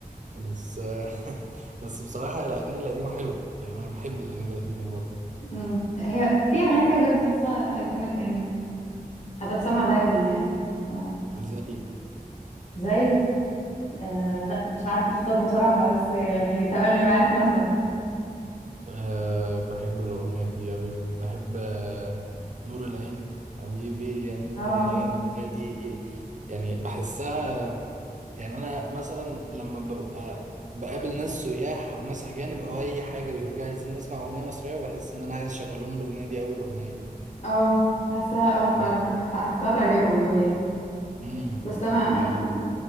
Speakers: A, on the right; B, on the left.
A: بس <laughs> بس بصراحة الاغاني القديمة حلوة يعني انا بحب الاغاني القديمة برضه
B: امم هي في اغاني كده بجد تحسها ايكونيك يعني هتتسمع دايما يعني ف
A: مش زي
B: زي آه لا مش عارفه اختار بصراحه بس يعني تملي معاك مثلا
A: أه بحب الأغنية دي أوي بحب آه، نور العين حبيبي يا نور
B: اه
A: العين الأغنية دي يعني بحسها يعني أنا مثلا لما ببقى بقابل ناس سياح أو ناس أجانب أو أي حاجة بيقولوا لي عايزين نسمع أغنية مصرية بحس إن أنا عايز أشغل لهم الأغنية دي أول أغنية
B: اه حاساها اه فعلا
A: آه.
B: عندك حق حاساها تعجبهم قوي يعني
A: امم
B: بس انا انا
A: ايوه